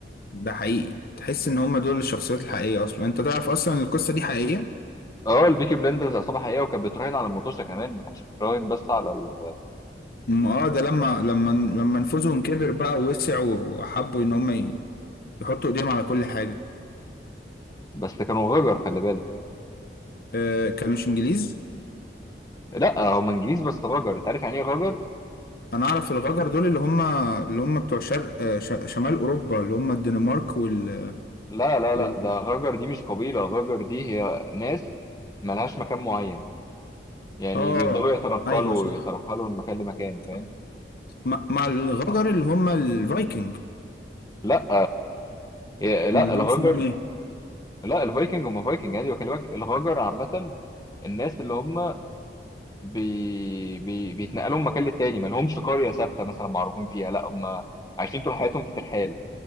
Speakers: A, on the left (about 55°); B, on the left (about 20°).
A: ده حقيقي تحس ان هم دول الشخصيات الحقيقيه اصلا انت تعرف اصلا إن القصه دي حقيقيه
B: اه البيكي بلندرز عصابه حقيقيه وكانت بتراهن على المطوشه كمان ما كانتش بتراهن بس على ال...
A: أم اه ده لما لما لما نفوذهم كبر بقى ووسع وحبوا ان هم ي- يحطوا ايديهم على كل حاجه
B: بس كانوا غجر خلي بالك
A: آه كانوش انجليز
B: لا هم انجليز بس غجر انت عارف يعني ايه غجر
A: انا اعرف الغجر دول اللي هم اللي هم بتوع شرق آه ش- شمال اوروبا اللي هم الدنمارك وال,
B: لا لا
A: وال...
B: لا ده غجر دي مش قبيله غجر دي هي ناس ملهاش مكان معين يعني
A: اه
B: بيفضلوا يتنقلوا
A: ايوه صح
B: ويترحلوا من مكان لمكان فاهم
A: صح. مع مع الغجر اللي هم الفايكنج
B: لا يا- لا
A: امال دول
B: الغجر
A: اسمهم ايه
B: لا الفايكنج هم فايكنج يعني بكلمك الغجر عامه الناس اللي هم بي... بي... بيتنقلوا من مكان للتاني ما لهمش قريه ثابته مثلا معروفين فيها لا هم عايشين طول حياتهم في ترحال